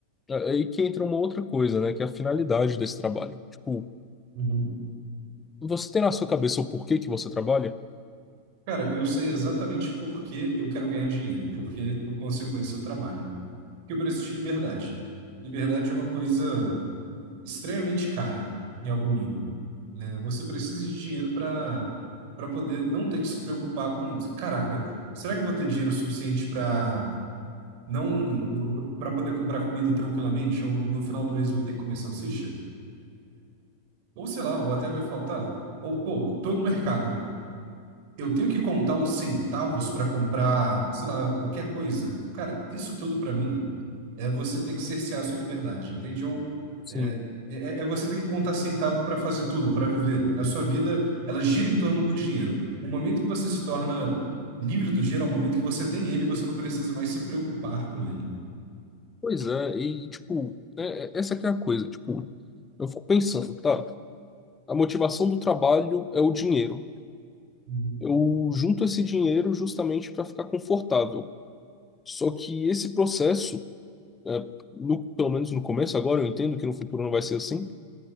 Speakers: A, on the left (about 15°); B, on the right (about 50°).
A: É, Aí que entra uma outra coisa, né? Que é a finalidade desse trabalho. Tipo,
B: Uhum.
A: você tem na sua cabeça o porquê que você trabalha?
B: Cara, eu sei exatamente por que eu quero ganhar dinheiro, porque, por consequência, eu trabalho. Que eu preciso de liberdade. Liberdade é uma coisa extremamente cara, em algum nível. né? Você precisa de dinheiro para para poder não ter que se preocupar com, caraca, será que eu vou ter dinheiro suficiente para não para poder comprar comida tranquilamente, ou no final do mês vou ter que comer salsicha, ou sei lá, ou até vai faltar, ou pô, tô no mercado, eu tenho que contar os centavos para comprar, sei lá, qualquer coisa. Cara, isso tudo para mim é você ter que cercear a sua liberdade, entende? Ou
A: Sim.
B: é, é, é é você ter que contar centavo para fazer tudo, para viver. A sua vida, ela gira em torno do dinheiro. O momento que você se torna livre do dinheiro é o momento que você tem ele e você não precisa mais se preocupar com ele.
A: Pois é, e tipo, é- é- essa que é a coisa. Tipo, eu fico pensando, tá? A motivação do trabalho é o dinheiro.
B: Uhum.
A: Eu junto esse dinheiro justamente para ficar confortável. Só que esse processo, é, no, pelo menos no começo, agora eu entendo que no futuro não vai ser assim,